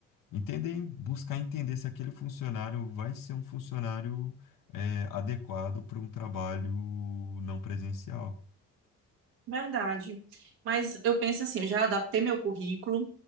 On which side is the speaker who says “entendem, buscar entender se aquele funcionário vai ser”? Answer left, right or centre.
Left